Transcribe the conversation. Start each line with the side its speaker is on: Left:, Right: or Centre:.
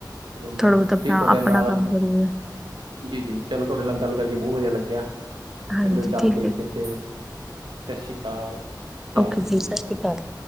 Right: ਚਲੋ ਮੈਮ
Centre: ਥੋੜਾ ਬਹੁਤ ਆਪਣਾ,
Right: ਠੀਕ ਤੁਹਾਡੇ
Centre: ਆਪਣਾ
Right: ਨਾਲ
Centre: ਕੰਮ ਕਰੂਗੇ।
Right: ਜੀ- ਜੀ, ਚਲੋ ਤੁਹਾਡੇ ਨਾਲ, ਗੱਲ ਕਰਕੇ ਬਹੁਤ ਵਧੀਆ ਲੱਗਿਆ।
Centre: ਹਾਂਜੀ
Right: ਮੈਨ ਵਿਚਾਰ
Centre: ਠੀਕ
Right: ਭੇਸ
Centre: ਹੈ
Right: ਕੀਤੇ। ਸਤਿ ਸ਼੍ਰੀ ਅਕਾਲ। ਧਿਆਨ
Centre: ਓਕੇ
Right: ਰੱਖੋ
Centre: ਜੀ। ਸਤਿ
Right: ਬਾਏ
Centre: ਸ਼੍ਰੀ ਅਕਾਲ।